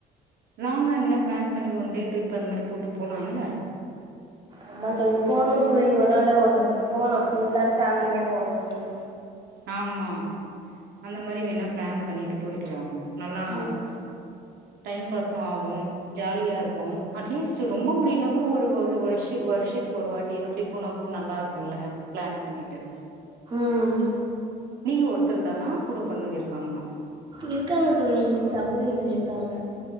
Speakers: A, on the right; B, on the right.
A: லாங்கா எங்கன்னா பிளான் பண்ணி ஒன் டே ட்ரிப் அந்த மாரி போட்டு போலா இல்ல
B: ஆமா தோழி போகணு தோழி ஒரு நாள் ஒரு போணு எல்லாரு ஃபேமிலியா போணு தோழி
A: ஆமா அந்த மாரி வேணா பிளான் பண்ணிட்டு போயிட்டு வாங்க நல்லா
B: ம்
A: டைம் பாஸு ஆகு ஜாலியா இருக்கும் அட்லீஸ்ட் ரொம்ப முடிலனா கூட ஒரு ஒரு வருஷ வருஷத் ஒரு வாட்டி அப்டி போனா கூட நல்லா இருக்குல்ல பிளான் பண்ணிட்டு
B: ம்
A: நீங்க ஒருத்தர் தானா கூட பிறந்தவுங்க இருக்காங்களா
B: இருக்காங்க தோழி சகோதரிகள் இருக்காங்க